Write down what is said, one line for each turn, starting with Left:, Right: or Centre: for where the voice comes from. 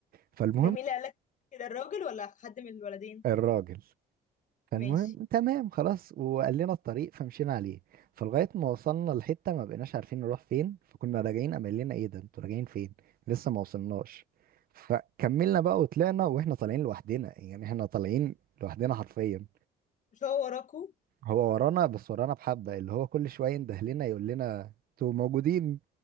Right: فالمهم
Left: ده مين اللي قالك كده الراجل ولا حد من الولدين
Right: الراجل فالمهم
Left: ماشي
Right: تمام خلاص وقال لنا الطريق فمشينا عليه فلغاية ما وصلنا لحتة ما بقيناش عارفين نروح فين فكنا راجعين قام قال لنا ايه ده انتوا راجعين فين لسه ما وصلناش فكملنا بقى وطلعنا واحنا طالعين لوحدنا يعني احنا طالعين لوحدنا حرفيا
Left: مش هو وراكوا
Right: هو ورانا بس ورانا بحبة اللي هو كل شوية ينده لنا يقول لنا انتوا موجودين